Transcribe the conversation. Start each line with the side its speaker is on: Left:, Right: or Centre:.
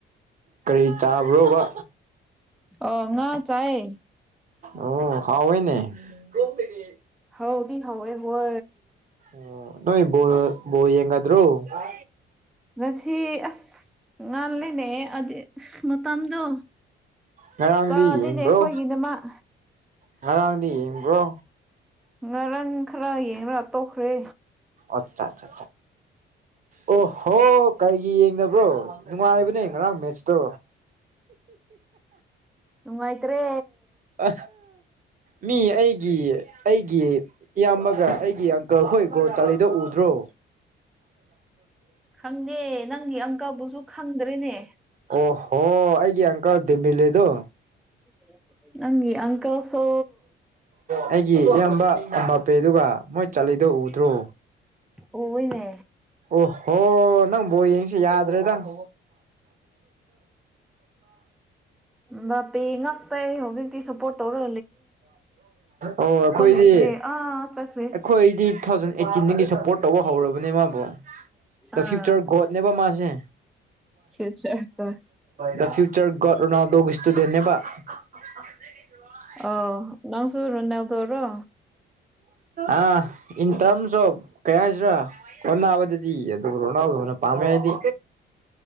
Right: ꯀꯔꯤ ꯆꯥꯕ꯭ꯔꯣꯕ
Centre: ꯑꯣ ꯉꯥ ꯆꯥꯏ
Right: ꯑꯣ ꯍꯋꯦꯅꯦ ꯀꯣꯛꯇꯚꯤ
Centre: ꯍꯥꯎꯗꯤ ꯍꯣꯏ ꯍꯣꯏ
Right: ꯑꯣ ꯅꯣꯏꯣꯏ ꯣꯣ ꯌꯦꯡꯗ꯭ꯔꯣ
Centre: ꯉꯁꯤ ꯑꯁ ꯉꯥꯂꯦꯅꯦ ꯃꯇꯝꯗꯣ
Right: ꯉꯔꯥꯡꯗꯤ
Centre: ꯆꯥꯗꯦꯅꯦ
Right: ꯌꯦꯡꯕ꯭ꯔꯣ
Centre: ꯑꯩꯈꯣꯏꯒꯤꯗꯃꯛ
Right: ꯉꯔꯥꯡꯗꯤ ꯍꯤꯡꯕ꯭ꯔꯣ
Centre: ꯉꯔꯥꯡ ꯈꯔ ꯌꯦꯡ ꯇꯣꯛꯈ꯭ꯔꯦ
Right: ꯑꯆꯥ ꯑꯆꯥ ꯑꯣ ꯍꯣ ꯀꯩꯒꯤ ꯌꯦꯡꯗꯕ꯭ꯔꯣ ꯅꯨꯡꯉꯥꯏꯕꯅꯦ ꯉꯔꯥꯡ ꯃꯦꯠꯁꯇꯣ
Centre: ꯅꯥꯏꯇ꯭ꯔꯦ
Right: ꯑ ꯃꯤ ꯑꯩꯒꯤ ꯑꯩꯒꯤ ꯏꯌꯥꯝꯕꯒ ꯑꯩꯒꯤ ꯑꯪꯀꯜ ꯍꯣꯏ ꯒꯣꯜ ꯆꯜꯂꯤꯗꯣ ꯎꯗ꯭ꯔꯣ
Centre: ꯈꯪꯗꯦ ꯅꯪꯒꯤ ꯑꯪꯀꯜꯕꯨꯁꯨ ꯈꯪꯗ꯭ꯔꯦꯅꯦ
Right: ꯑꯣ ꯍꯣ ꯑꯩꯒꯤ ꯑꯪ ꯀꯜ ꯗꯦꯃꯦꯂ° ꯗꯣ
Centre: <inaudible> ꯅꯪꯪꯒꯤ ꯑꯪ ꯀꯜ ꯁꯨ
Right: ꯑꯩꯒꯤ ꯏꯌꯥꯝꯕ ꯃꯄꯦꯗꯨꯒ ꯃꯣꯏ ꯆꯜꯂꯤꯗꯣ ꯎꯗ꯭ꯔꯣ
Centre: ꯎꯋꯦꯅꯦ
Right: ꯑꯣ ꯍꯣ ꯅꯪ ꯕꯣꯜ ꯌꯦꯡꯁꯤ ꯌꯥꯗ꯭ꯔꯦꯗ <inaudible>
Centre: ꯃꯄꯤ ꯉꯥꯛꯇꯩ ꯍꯧꯖꯤꯛ ꯁꯨꯄꯣꯔꯠ ꯇꯧꯔ
Right: ꯑꯣ ꯑꯩꯈꯣꯏꯗꯤ
Centre: ꯂꯩꯇ꯭ꯔꯦ ꯑꯥ ꯆꯠꯈ꯭ꯔꯦ
Right: ꯑꯩꯈꯣꯏꯗꯤ ꯇꯨ ꯊꯥꯎꯖꯟ ꯑꯦꯠꯇꯤꯟꯗꯒꯤ ꯁꯄꯣꯔꯠ ꯇꯧꯕ ꯍꯧꯔꯕꯅꯦ ꯃꯥꯕꯨ ꯗ
Centre: ꯑꯥ
Right: ꯐ꯭ꯌꯨꯆꯔ ꯒꯣꯗ ꯅꯦꯕ ꯃꯥꯁꯦ
Centre: ꯐ꯭ꯌꯨꯆꯔꯒ
Right: ꯗ ꯐ꯭ꯌꯨꯆꯔ ꯒꯣꯗ ꯔꯣꯅꯥꯜꯗꯣꯒꯤ ꯁ꯭ꯇꯨꯗꯦꯟ ꯅꯦꯕ <inaudible>
Centre: ꯑꯣ ꯅꯪꯁꯨ ꯔꯣꯅꯥꯜꯗꯣꯔꯣ
Right: ꯑꯥ ꯏꯟ ꯇ꯭ꯔꯝꯁ ꯑꯣꯐ ꯀꯩ ꯍꯥꯏꯁꯤꯔꯥ ꯑꯣꯅꯕꯗꯗꯤ ꯑꯗꯨ ꯔꯣꯅꯥꯜꯗꯣꯅ ꯄꯥꯝꯃꯦ ꯑꯩꯗꯤ